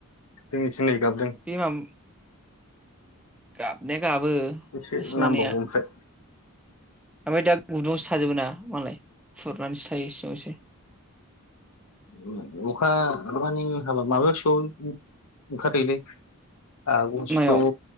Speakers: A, on the left (about 80°); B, in the centre.
A: जोंनि दिनै गाबदों।
B: बे माबा गाबनाया गाबो
A: एसे
B: मासे मानैया
A: नांबावगौ ओमफ्राय।
B: ओमफ्राय दा गुदुंवावसो थाजोबो ना मालाय खुरनानैसो थायो सिङावसो
A: उम अखा मानि हाबा माबासोआव ओंखारहैयोलै आगस्थ'
B: मायाव